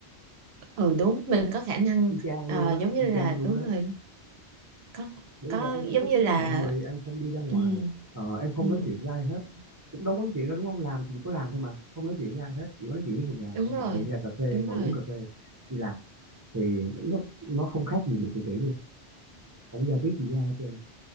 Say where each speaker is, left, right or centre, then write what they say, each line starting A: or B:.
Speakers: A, on the right (about 75°); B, on the right (about 25°).
A: Ừ đúng, mình có khả năng
B: y chang
A: ờ,
B: luôn á
A: giống như
B: y
A: là
B: chang luôn
A: đúng
B: đó
A: rồi, có
B: bởi
A: có
B: vì là em không
A: giống
B: tiếp
A: như
B: xúc với
A: là
B: mọi người em không đi ra ngoài
A: ừ,
B: ờ, em không
A: ừ,
B: nói chuyện với ai hết cũng đâu có nói chuyện đâu đúng không làm thì chỉ có làm thôi mà không nói chuyện với ai hết chỉ có nói chuyện với người nhà
A: đúng
B: thôi
A: rồi,
B: hoặc là đi ra cà phê
A: đúng
B: ngồi
A: rồi.
B: uống cà phê đi làm thì nó nó không khác gì bị tự kỷ luôn không có giao tiếp gì với ai hết trơn